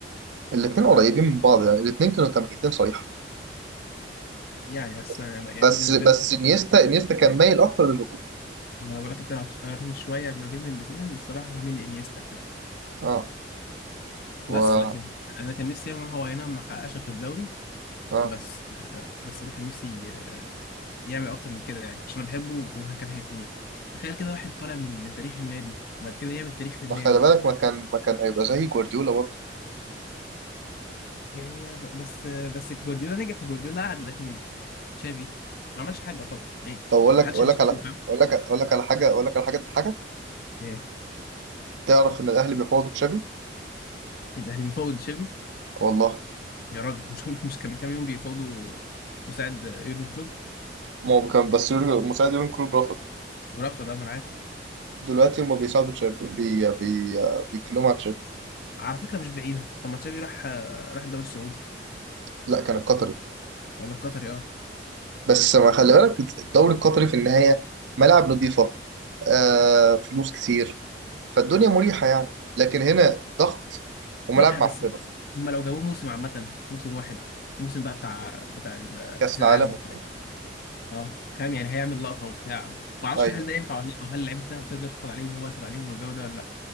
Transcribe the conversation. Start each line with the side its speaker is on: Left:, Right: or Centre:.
Right: الاثنين قريبين من بعض يعني الاثنين كانوا 80 صريحه
Left: يعني بس
Right: بس
Left: أنا- يعني
Right: بس
Left: أنا بالنسبه
Right: بس
Left: لي
Right: انيستا انيستا كان مايل اكتر للهجوم
Left: ما انا بقولك انت لو هتخيرني شويه ما بين الاثنين الصراحه هعمل لي انيستا يعني
Right: اه و...
Left: بس لكن انا كان نفسي يعمل هو اي نعم ما حققش غير الدوري
Right: اه
Left: بس بس انا كان نفسي يعمل اكتر من كده يعني عشان انا بحبه وكان هيبقيني تخيل كده واحد طالع من من تاريخ النادي وبعد كده يعمل تاريخ للنادي
Right: ما خلي بالك ما كان ما كان هيبقى زي جوارديولا برضه
Left: يعني ب- بس بس جوارديولا نجح وجوارديولا قعد لكن تشافي ما عملش حاجه يعتبر يعني
Right: طب اقول لك
Left: ما
Right: اقول
Left: حدش هيذكره
Right: لك على
Left: فاهم
Right: اقول لك اقول لك على حاجه اقول لك على حاجه تضحكك
Left: إيه،
Right: تعرف ان الاهلي بيفاوضوا تشافي
Left: الاهلي بيفاوض تشافي
Right: والله
Left: يا راجل مش هم مش كان من كام يوم بيفاوضوا مساعد يورجن كلوب
Right: ما هو كان بس يورجن- مساعد يورجن كلوب رفض
Left: ورفض ده ما انا عارف
Right: دلوقتي هما بيساعدوا تشافي بي بي بيتكلموا على تشافي
Left: على فكرة مش بعيدة طب ما تشافي راح راح الدوري السعودي
Right: لا كان القطري
Left: ولا القطري اه
Right: بس ما خلي بالك الدوري القطري في النهايه ملاعب نظيفه آه فلوس كتير فالدنيا مريحه يعني لكن هنا ضغط وملاعب
Left: صح
Right: معفنه
Left: بس هم لو جابوه موسم عامة موسم واحد موسم بقى بتاع بتاع ال-
Right: كاس
Left: كأس
Right: العالم
Left: العالم
Right: وبتاع.
Left: اه فاهم يعني هيعمل لقطة وبتاع ما اعرفش
Right: ايوه
Left: هل ده ينفع ولا لا او هل اللعيبة التانية تقدر تاخد عليه وهو ياخد عليهم والجو ده ولا لا